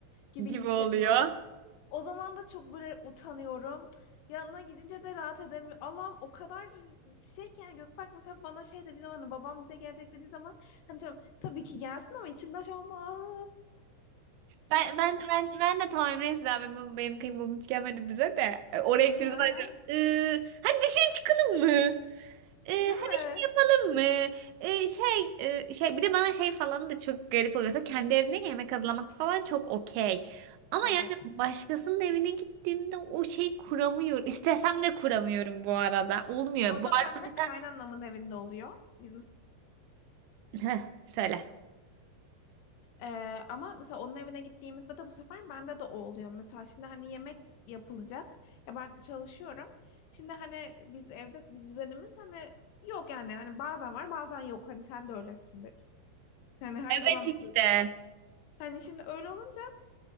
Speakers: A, on the left; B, on the right.
A: gibi
B: gibi
A: hissediyorum.
B: oluyor.
A: O zaman da çok böyle utanıyorum. Yanına gidince de rahat edemiyorum. Allah'ım o kadar şey ki yani Gökberk mesela bana şey dediği zaman hani babam bize gelecek dediği zaman hani canım, tabii ki gelsin ama içimden şey Allah
B: Ben ben ben ben de tamam neyse abi benim, benim kıymam hiç gelmedi bize de. E, Oraya gideriz
A: <laughs>
B: acaba. Ee, hadi dışarı çıkalım mı? Ee,
A: değil mi?
B: hadi şey yapalım mı? Ee, şey e, şey bir de bana şey falan da çok garip oluyorsa kendi evimde yemek hazırlamak falan çok okey. Ama
A: Evet.
B: yani başkasının evine gittiğimde o şey kuramıyorum. İstesem de kuramıyorum bu arada. Olmuyor.
A: O
B: Bu
A: da
B: arada
A: bende
B: mesela...
A: kaynanamın evinde oluyor. Biz
B: Heh, söyle.
A: Ee, ama mesela onun evine gittiğimizde de bu sefer bende de o oluyor. Mesela şimdi hani yemek yapılacak. Ya ben çalışıyorum. Şimdi hani biz evde biz düzenimiz hani yok yani. Hani bazen var bazen yok. Hani sen de öylesindir. Yani her zaman
B: Evet
A: böyle
B: işte.
A: düşün. Hani şimdi öyle olunca